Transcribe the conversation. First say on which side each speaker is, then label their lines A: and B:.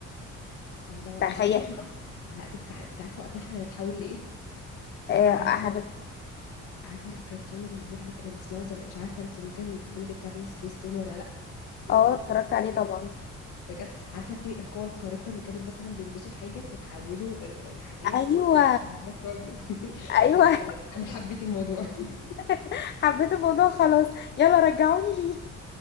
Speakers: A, on the left (about 90°); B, on the left (about 35°).
A: الله
B: تخيل
A: لا دي فكره حلوه لا دي فكره حلوه انت عارفه وقتها احنا هنتحول لايه
B: اه
A: عارفه
B: هنب-
A: عارفه الكرتون اللي احنا كنا بنسمعه زمان مش عارفه انت ممكن تكوني بتتابعي سبيس تون ولا لا
B: آه، اتفرجت عليه طبعا
A: بجد عارفه انت القوه الخارقه اللي كانوا مثلا بيلبسوا حاجه فيتحولوا ال- الحاجات
B: ايوه
A: بقوه خارقه م- <laughs>
B: ايوه
A: لا تمام انا حبيت الموضوع <laughs>
B: <laughs> حبيت الموضوع خلاص يلا رجعوني ليه